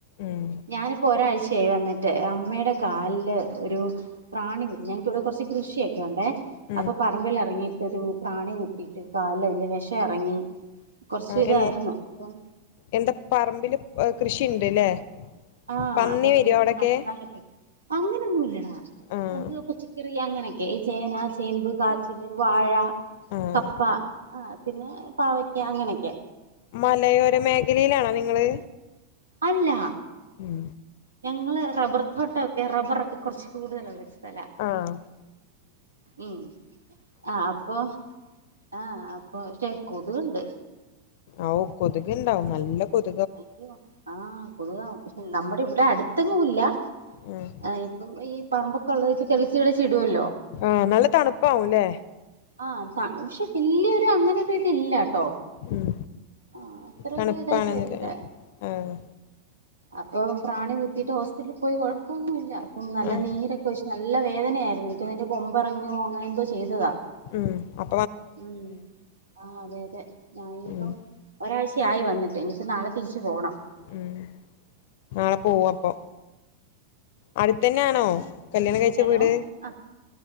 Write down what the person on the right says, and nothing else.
ഞാനിപ്പോ ഒരാഴ്ചയായി വന്നിട്ട് അമ്മയുടെ കാലില് ഒരു പ്രാണി കുത്തി ഞങ്ങക്കിവിടെ കുറച്ച് കൃഷിയൊക്കെ ഉണ്ടേ
അപ്പൊ പറമ്പിൽ ഇറങ്ങിയിട്ട് ഒരു പ്രാണി കുത്തിയിട്ട് കാലിലു വെഷം എറങ്ങി കൊറച്ച്
ഇതായിരുന്നു
അപ്പം
ആഹ്
അപ്പം
ഇപ്പ
മഴക്കാലം അല്ലേ അങ്ങനൊന്നും ഇല്ലടാ
നമ്മക്ക് അങ്ങനെയൊക്കെ ചേന ചേമ്പ് കാച്ചിൽ വാഴ
കപ്പ ആ പിന്നെ പാവക്ക അങ്ങനെക്കെ
അല്ല
ഞങ്ങള് റബ്ബർ തോട്ടം ഒക്കെ റബ്ബറൊക്കെ കുറച്ച് കൂടുതലാണ് സ്ഥലാ
ഉം ആഹ് അപ്പൊ ആഹ് അപ്പൊ ക്ഷേ കൊതുകുണ്ട്
അ ആഹ കൊതുക പക്ഷെ നമ്മുടെ ഇവിടെ അടുത്തങ്ങുംല്ല
ആ ഇപ്പം ഈ പറമ്പൊക്കെ ഉള്ളത് ഇപ്പൊ തെളിച്ച് തെളിച്ചിടുവല്ലോ
ആഹ് അതാണ് പക്ഷെ വലിയൊരു അങ്ങനെ ഒരു ഇതി ഇല്ല ണ്ടോ
ആ അത്രേ
ഒരു രില്ല
അപ്പൊ പ്രാണി കുത്തിയിട്ട് ഹോസ്പിറ്റലിൽ പോയി കുഴപ്പം ഒന്നും ഇല്ല അപ്പ
നീരൊക്കെ വ നല്ല വേദനയായിരുന്നു എനിക്ക്തിൻ്റെ കൊമ്പറങ്ങോ അങ്ങനെ എന്തോ ചെയ്തതാണ്
ഉ ആ അതെ അതെ ഞൻയിപ്പം
ഒരാഴ്ചയയി വന്നു ഇനിപ്പോ നാളെ തിരിച്ച് പോകണം
ഹലോ
ആഹ്